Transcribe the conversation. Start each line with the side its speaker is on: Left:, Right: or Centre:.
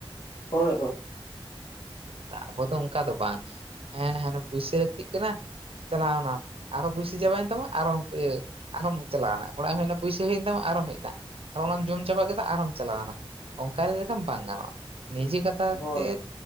Left: ᱦᱳᱭ ᱦᱳᱭ᱾
Right: ᱟᱵᱚ ᱫᱚ ᱚᱱᱠᱟ ᱫᱚ ᱵᱟᱝ᱾ ᱦᱮᱸ ᱦᱮ ᱯᱩᱭᱥᱟᱹ ᱞᱟᱹᱠᱛᱤᱜ ᱠᱟᱱᱟ ᱪᱟᱞᱟᱣᱱᱟᱢ ᱟᱨᱚ ᱯᱚᱭᱥᱟᱹ ᱪᱟᱵᱟᱭᱮᱱ ᱛᱟᱢᱟ ᱟᱨᱚ <unintelligible> ᱟᱨᱦᱚᱢ ᱪᱟᱞᱟᱣᱟᱱᱟ᱾ ᱚᱲᱟᱜ ᱮᱢ ᱦᱮᱡ ᱮᱱᱟ ᱯᱩᱭᱥᱟᱹ ᱦᱩᱭᱮᱱ ᱛᱟᱢᱟ ᱟᱨᱦᱚᱢ ᱦᱮᱡ ᱮᱱᱟ ᱟᱨ ᱚᱱᱟᱢ ᱡᱚᱢ ᱪᱟᱵᱟ ᱠᱟᱛᱮ ᱟᱨᱦᱚᱢ ᱪᱟᱞᱟᱣ ᱮᱱᱟ᱾ ᱚᱱᱠᱟ ᱞᱮᱠᱟ ᱵᱟᱝ ᱜᱟᱱᱚᱜ-ᱟ ᱱᱤᱡᱮ ᱠᱟᱛᱷᱟ
Left: ᱦᱳᱭ
Right: ᱛᱮᱫ
Left: ᱦᱳᱭ